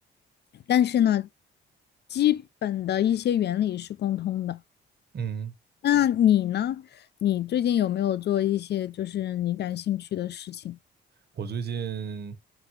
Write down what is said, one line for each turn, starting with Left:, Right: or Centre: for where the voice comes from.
Left: 但是呢，基本的一些原理是共通的。
Right: 嗯，
Left: 那你呢？你最近有没有做一些就是你感兴趣的事情？
Right: 我最近，